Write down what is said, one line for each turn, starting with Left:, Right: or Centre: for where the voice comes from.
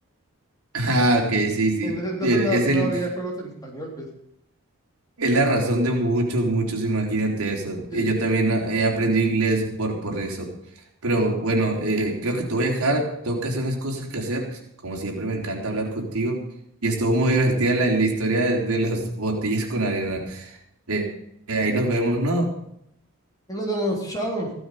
Right: Ah, ok, sí, sí,
Left: En ese entonces
Right: el-
Left: no,
Right: es
Left: no
Right: el
Left: había juegos en español, pues.
Right: Es la razón de muchos, muchos, imagínate eso.
Left: Sí.
Right: Eh, Yo también ah, he aprendido inglés por, por eso. Pero bueno, eh, creo que te voy a dejar, tengo que hacer unas cosas que hacer. Como siempre, me encanta hablar contigo. Y estuvo muy <laughs> divertida la, la historia de, de los botellas con arena. Eh, eh, ahí nos vemos, ¿no?
Left: Nos vemos. Chao.